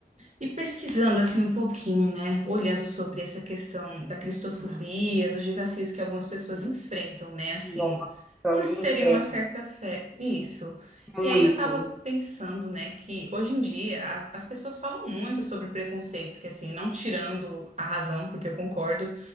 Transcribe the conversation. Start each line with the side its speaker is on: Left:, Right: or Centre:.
Right: E pesquisando assim um pouquinho, né, olhando sobre essa questão da cristofobia, dos desafios que algumas pessoas enfrentam, né, assim,
Centre: Nossa,
Right: por
Centre: e
Right: se
Centre: enfrenta
Right: terem uma certa fé, isso.
Centre: muito,
Right: E aí eu tava pensando, né, que hoje em dia a- as pessoas falam muito sobre preconceitos, que assim, não tirando a razão, porque eu concordo